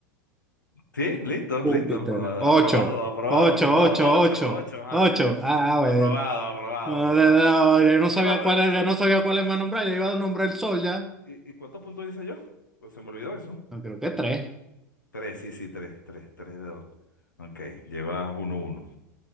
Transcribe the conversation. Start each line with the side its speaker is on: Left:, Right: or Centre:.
Left: Sí, listo,
Centre: Júpiter.
Left: listo. Ah,
Centre: Ocho,
Left: aprobado, aprobado,
Centre: ocho,
Left: aprobado.
Centre: ocho,
Left: Ocho,
Centre: ocho,
Left: ocho, ¿ah?
Centre: ocho.
Left: <laughs>
Centre: Ah, bueno.
Left: Aprobado, aprobado,
Centre: No,
Left: aprobado.
Centre: de- no, yo no sabía
Left: Eva, pero,
Centre: cuál era,
Left: pero,
Centre: yo no sabía cuál es más nombrar. Yo iba a nombrar el sol ya.
Left: ¿y, y cuántos puntos hice yo? Pues se me olvidó eso.
Centre: No, creo que tres.
Left: Tres, sí, sí, tres, tres, tres de dos. Ok, llevas uno, uno.